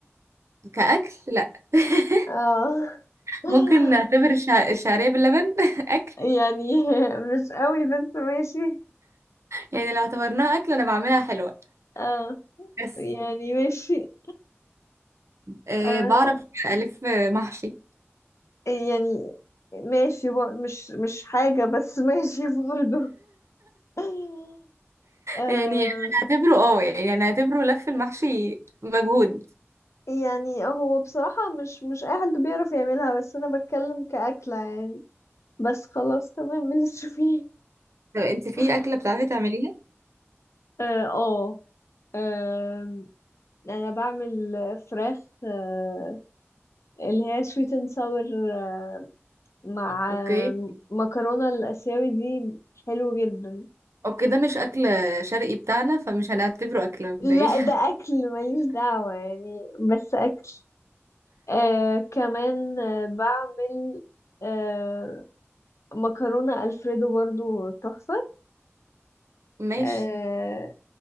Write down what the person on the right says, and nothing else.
كأكل لا <laughs>
ممكن نعتبر الشع- الشعرية باللبن <laughs> أكل
يعني لو اعتبرناها أكل أنا بعملها حلوة
بس
أه
بعرف ألف محشي
يعني هنعتبره اه يعني هنعتبره لف المحشي مجهود
طب انت في
أكلة بتعرفي تعمليها؟
اوكي
اوكي ده مش أكل شرقي بتاعنا فمش هنعتبره أكلة مبدئيا
<laughs> ماشي